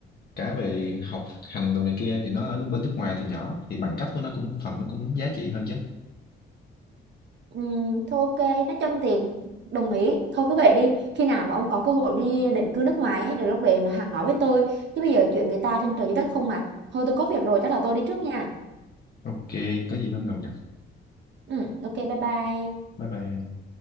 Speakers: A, on the left; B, on the right.
A: cả về học hành đồ này kia thì nó ở bên nước ngoài từ nhỏ thì bằng cấp của nó cũng phần nó cũng giá trị hơn chứ
B: Ừm, thôi ok, nói chung thì đồng ý. Thôi cứ vậy đi. Khi nào mà ông có cơ hội đi định cư nước ngoài ấy, rồi lúc đấy hàng nói với tôi. Chứ bây giờ chuyện người ta trên trời dưới đất không à. Thôi tôi có việc rồi chắc là tôi đi trước nha.
A: ok có gì hôm nào gặp
B: Ừ, ok bye bye.
A: bye bye